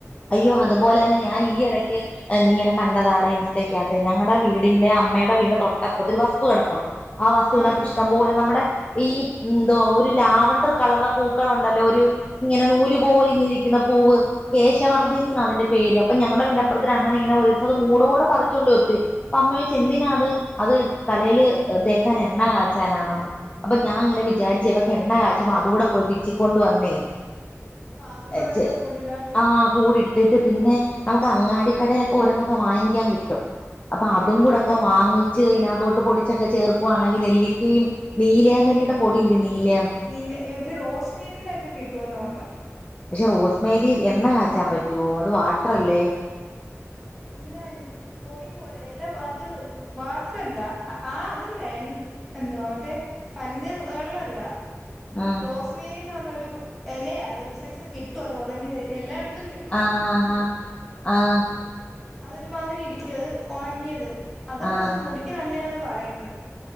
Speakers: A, on the left; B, in the centre.
A: അയ്യോ അതുപോലെ തന്നെ ഞാൻ ഈ എടയ്ക്ക് എന്നി ഇങ്ങനെ കണ്ടതാട ഇൻസ്റ്റേക്കകത്ത് ഞങ്ങടെ വീടിന്റെ അമ്മേടെ വീടിന്റെ തൊട്ടപ്പുറത് ഒരു വസ്തു കടപ്പുണ്ട് ആ വസ്തുവനകത്ത്
B: ആഹ്
A: ഇഷ്ടംപോലെ നമ്മടെ ഈ എന്തോ ഒരു ലാവണ്ടർ കളറിൽള്ള പൂക്കളുണ്ടല്ലോ ഒരു ഇങ്ങനെ നൂല് പോല ഇങ്ങനെ ഇരിക്കുന്ന പൂവ്, കേശ് ശവർധിനി ന്നാ അതിന്റെ പേര് അപ്പ ഞങ്ങടെ വീടിന്റെപ്പറത്ത് ഒരഅണ്ണൻ ഇങ്ങനെ ഒരുസത് മൂടോടെ പറിച്ചുകൊണ്ട് ഒത്തിരി അപ്പ അമ്മ ചോയ്ച്ചു
B: ആഹ്
A: എന്തിനാ അത്, അത് തലേല് തേക്കാൻ എണ്ണ കാച്ചാനാണെന്ന് അപ്പൊ ഞാൻ ഇങ്ങനെ വിചാരിച്ചു ഇവക്ക് എണ്ണ കാച്ചുമ്പോ അതുകൂടെ പോയി പിച്ചിക്കൊണ്ട് വന്നേ
B: അതും കൂടെ
A: എച്ച്
B: അതിന്റെ കൂടെ ഇടാൻ
A: ആഹ് കൂടി ഇട്ടിട്ട് പിന്നെ നമക്ക് അങ്ങാടിക്കടയിലൊക്കെ ഓരോന്നൊക്കെ വാങ്ങിക്കാൻ കിട്ടും. അപ്പ
B: ആഹ്
A: അതും
B: കിട്ടും
A: കൂടെക്കെ
B: കിട്ടും
A: വാങ്ങി ച്ച് അതിനകത്തോട്ട് പൊടിച്ചൊക്കെ ചേർക്കുവാണെങ്കി നെല്ലിക്കിം നീലേയമരിയുടെ പൊടിയില്ലെ നീല
B: നീലെ എ <unintelligible> റോസ് മേരിയുടെ ഒക്കെ കിട്ടുവോ തോന്നാ
A: പക്ഷെ റോസ്മേരി എണ്ണ കാച്ചാൻ പറ്റുവോ, അത് വാട്ടറല്ലേ?
B: ഇങ്ങനെ പൊടിപോ എല അത് വാട്ടറല്ല. ആഹ് അതല്ല എന്ത്‌ എന്തുവാ മറ്റേ പനിനീർ വെള്ളല്ല
A: ആഹ്
B: റോസ് മേരി എന്ന് പറഞ്ഞ ഒരു എലയാത് ഒരു സൈസ് കിട്ടു അത് ഒണങ്ങി എല്ലായിടത്തും കി
A: ആഹ് ആഹ് ആഹ് ആഹ്
B: അതൊരുമാതിരി ഇരിക്കും അത് ഒണങ്ങിയത് അതും
A: ആഹ്
B: പക്ഷെ
A: ആഹ്
B: മുടിക്ക് നല്ലന്ന് പറയന്ന്